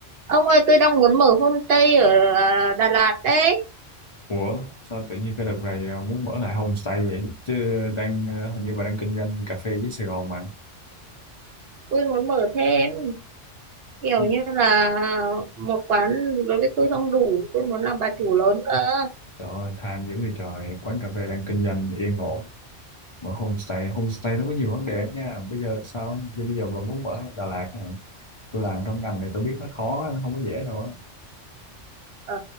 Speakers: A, on the right (about 60°); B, on the left (about 50°).
A: Ông ơi, tôi đang muốn mở homestay ở à, Đà Lạt đấy.
B: Ủa sao tự nhiên cái đợt này ờ, muốn mở lại homestay vậy chứ đang ờ, hình như bà đang kinh doanh cà phê với Sài Gòn mà
A: Tôi muốn mở thêm kiểu
B: Ừ,
A: như là một quán đối với tôi không đủ. Tôi muốn làm bà chủ lớn cơ.
B: trời ơi tham dữ vậy trời quán cà phê đang kinh doanh yên ổn mở homestay homestay nó có nhiều vấn đề lắm nha bây giờ sao chứ bây giờ bà muốn mở ở Đà Lạt hả? tôi làm trong ngành này tôi biết nó khó nó không có dễ đâu á
A: Ờ,